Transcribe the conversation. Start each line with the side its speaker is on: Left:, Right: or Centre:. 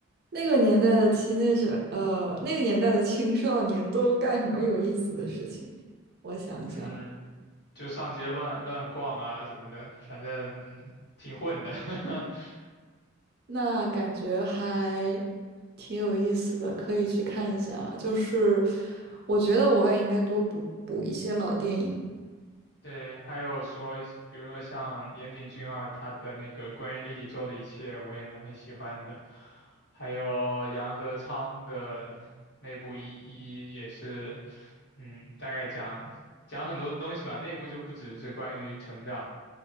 Right: 那个年代的 teenager，呃，那个年代的青少年都干什么有意思的事情？我想想，
Left: 嗯，就上街乱乱逛啊什么的，反正嗯挺混的。<laughs>
Right: 那感觉还挺有意思的，可以去看一下啊。就是我觉得我也应该多补补一些老电影。
Left: 对，还有说，比如说像岩井俊二他的那个关于莉莉周的一切，我也蛮喜欢的。还有杨德昌的那部《一一》也是，嗯，大概讲讲很多东西吧。那部就不只是关于成长，